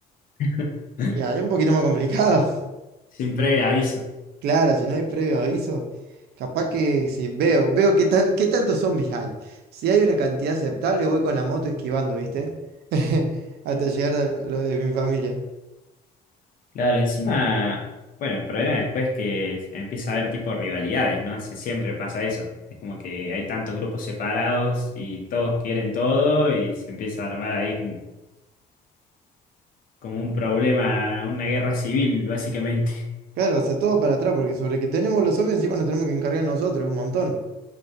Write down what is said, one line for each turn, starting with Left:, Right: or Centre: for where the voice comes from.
Left: <laughs>
Right: ya es un poquito más complicado. <laughs>
Left: Sin previo aviso.
Right: Claro, si no hay previo aviso, capaz que si veo, veo qué tan, qué tantos zombies hay. Si hay una cantidad aceptable, voy con la moto esquivando, ¿viste? <laughs> Hasta llegar a lo de mi familia.
Left: Claro, encima, bueno, el problema después es que empieza a haber tipo rivalidades, ¿no? Si siempre pasa eso. Es como que hay tantos grupos separados y todos quieren todo y se empieza a armar ahí como, como un problema, una guerra civil, básicamente. <laughs>
Right: Claro, o sea, todo para atrás, porque sobre que tenemos los zombies encima nos tenemos que encargar nosotros, un montón.